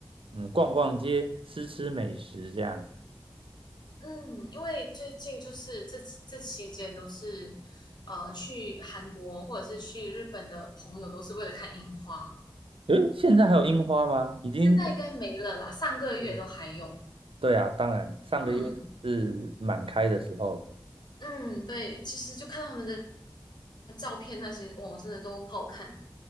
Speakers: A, on the right; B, on the left.
A: 嗯逛逛街、吃吃美食这样。
B: 嗯，因为最近就是这这期间都是，呃，去韩国或者是去日本的朋友都是为了看樱花，
A: 诶，现在还有樱花吗？已经，
B: 现在应该没了啦，上个月都还有。
A: 嗯对啊，当然，上个月是满开的时候，
B: 嗯嗯，对，其实就看到他们的照片那些，哇，真的都好好看。